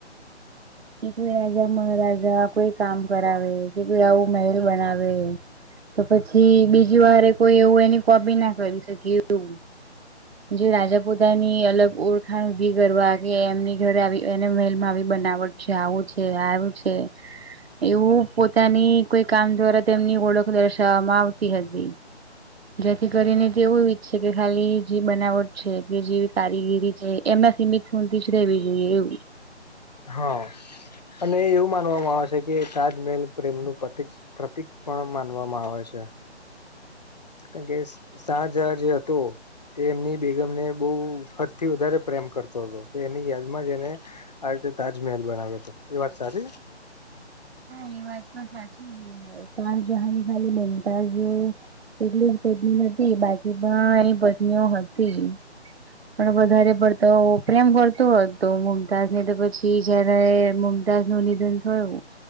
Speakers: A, on the right; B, on the left.
A: એ કોઈ મહાર. જ કોઈ કામ કરાવે કે કોઈ આવું મહેલ બનાવે. તો પછી બીજ વારે કોઈ એવું એની કોપી ના કરી શકી એું. જે રાજા પોતાની અલગ ઓળખાણ ઉઊભી કરવા કે એમની ઘરે આવી. મેલમાં આવી બનાવટ છે આવું છે આવું છે. એવું પોતાની કોઈ કામ દ્વારા તેમની ઓળખ દર્શાવવામાં આવતી હતી. જેથી કરીને તે એવું ઈચ્છ છે કે ખાલી જે બનાવટ છે કે જે કારીગીરી છે એમના સીમિત. શોધી જ રહેવી જોઈએ એવું.
B: હા અને એવું માનવામાં આવે છે કે તાજમહેલ પ્રેમનું પ્રતિક. પ્રતિક પણ માનવામાં આવે છે. કારણ કે સાજ જે હતું. એ એમની બેગમને બહુ ફદ થી વધારે પ્રેમ કરતો હતો એની યાદમાં જ એને. આવી રીતે તાજમહેલ બનાવે્યો હતો એ વાત સારી.
A: હા એ વાત પણ સાચી શાલ જહાની ખાલી બનતા જ. એટલીટલી નથી બાકી પણ એ પત્નીઓ હતી. પણ વધારે પડતોેમ કરતો હોત તો મુમતાજ ને તો પછી જય્યારે. ાસ નું નિધન થયું.